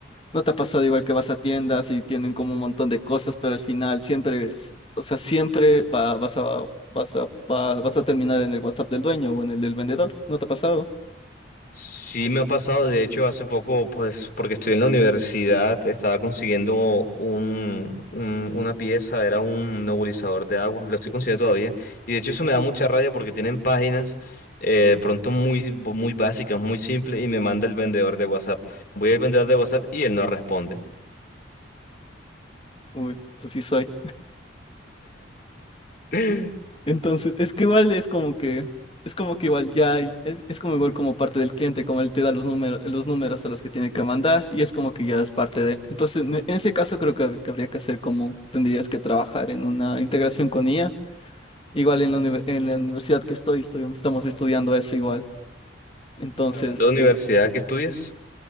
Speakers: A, on the left; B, on the left.
A: ¿No te ha pasado igual que vas a tiendas y tienen como un montón de cosas, pero al final siempre es, o sea, siempre va, vas a, vas a, va- vas a terminar en el WhatsApp del dueño o en el del vendedor? ¿No te ha pasado?
B: Sí me ha pasado, de hecho, hace poco, pues, porque estoy en la universidad, estaba consiguiendo un, un- una pieza, era un nebulizador de agua, lo estoy consiguiendo todavía, y de hecho eso me da mucha rabia porque tienen páginas eh, de pronto muy, muy básicas, muy simples, y me manda el vendedor de WhatsApp. Voy al vendedor de WhatsApp y él no responde.
A: Uy, tú sí soy.
B: <laughs>
A: Entonces, es que igual es como que, es como que igual ya, hay- es, es como igual como parte del cliente, como él te da los números, los números a los que tiene que mandar y es como que ya es parte de él. Entonces, en en ese caso creo que, que habría que hacer como, tendrías que trabajar en una integración con IA. Igual en la, univer- en la universidad que estoy, estoy- estamos estudiando eso igual. Entonces,
B: Hablando de universidad,
A: es,
B: ¿qué estudias?